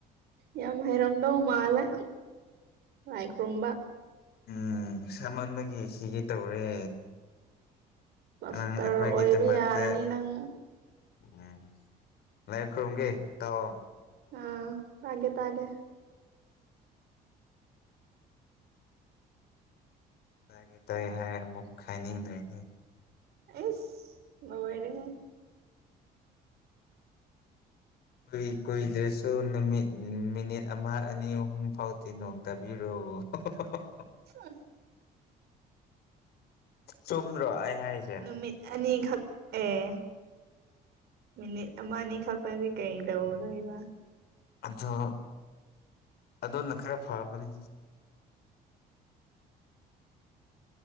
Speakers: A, on the right; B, on the left.
A: ꯌꯥꯝ ꯍꯩꯔꯝꯗꯧ ꯃꯥꯜꯂꯦ ꯂꯥꯏ ꯈꯨꯔꯝꯕ
B: ꯎꯝ ꯁꯥꯃꯟꯕꯒꯤ ꯁꯤꯒꯤ ꯇꯧꯔꯦ
A: ꯄꯥꯁꯇꯔ
B: ꯑꯉꯥꯡ ꯑꯩꯈꯣꯏꯒꯤꯗꯃꯛꯇ
A: ꯑꯣꯏꯕ ꯌꯥꯔꯅꯤ ꯅꯪ
B: ꯎꯝ ꯂꯥꯏꯈꯨꯔꯨꯝꯒꯦ ꯇꯥꯎꯑꯣ
A: ꯑꯧ ꯇꯥꯒꯦ ꯇꯥꯒꯦ
B: ꯇꯥꯒꯦ ꯇꯥꯏ ꯍꯥꯏꯔ ꯑꯃꯨꯛ ꯈꯥꯏꯅꯤꯡꯗ꯭ꯔꯦꯅꯦ
A: ꯏꯁ ꯂꯣꯏꯔꯦꯍꯦ
B: ꯀꯨꯏ ꯀꯨꯏꯗ꯭ꯔꯁꯨ ꯅꯨꯃꯤꯠ ꯎꯝ ꯃꯤꯅꯤꯠ ꯑꯃ ꯑꯅꯤ ꯑꯍꯨꯝ ꯐꯥꯎꯗꯤ ꯅꯣꯡ ꯇꯥꯕꯤꯔꯣ ꯑꯣ <unintelligible>
A: ꯍꯝ
B: ꯆꯨꯝꯕ꯭ꯔꯣ ꯑꯩ ꯍꯥꯏꯔꯤꯁꯦ
A: ꯅꯨꯃꯤꯠ ꯑꯅꯤꯈꯛ ꯑꯦ ꯃꯤꯅꯤꯠ ꯑꯃ ꯑꯅꯤ ꯈꯛꯇꯗꯤ ꯀꯩ ꯇꯧꯗꯣꯏꯕ
B: ꯑꯗꯣ ꯑꯗꯨꯅ ꯈꯔ ꯐꯕꯅꯤ